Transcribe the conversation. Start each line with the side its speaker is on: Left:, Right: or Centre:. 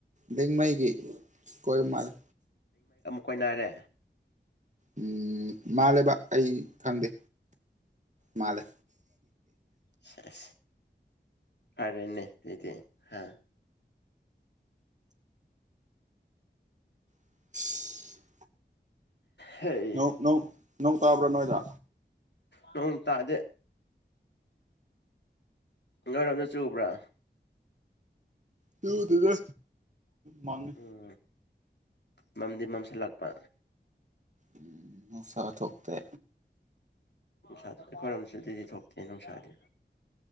Right: ꯂꯦꯡꯉꯩꯒꯤ ꯀꯣꯏꯕ ꯃꯥꯜꯂꯦ
Left: ꯀꯣꯏꯅꯥꯔꯦ
Right: ꯎꯝ ꯃꯥꯜꯂꯦꯕ ꯑꯩ ꯈꯪꯗꯦ ꯃꯥꯂ
Left: ꯁꯔ ꯑꯔꯦꯅꯦꯗꯤ ꯍꯥ
Right: <unintelligible>
Left: ꯍꯩ
Right: ꯅꯧ ꯅꯧ ꯅꯣꯡ ꯇꯥꯕ꯭ꯔꯥ ꯅꯣꯏꯗ
Left: ꯅ ꯇꯥꯖꯦ ꯅꯣꯏꯔꯣꯝ ꯆꯠ ꯆꯨꯕ꯭ꯔꯥ
Right: ꯇꯨꯗꯦꯗ ꯃꯪꯉꯦ
Left: ꯎꯝ ꯃꯝꯗꯤ ꯃꯝꯁꯤꯜꯂꯥꯛꯄ
Right: ꯎꯝ ꯃꯁꯥ ꯊꯣꯛ ꯇꯦ
Left: ꯅꯨꯡꯁꯥꯗ ꯑꯩꯈꯣꯏꯔꯣꯝꯁꯨ ꯗꯨꯗꯤ ꯊꯣꯛꯇꯦ ꯅꯨꯡꯁꯥꯗꯤ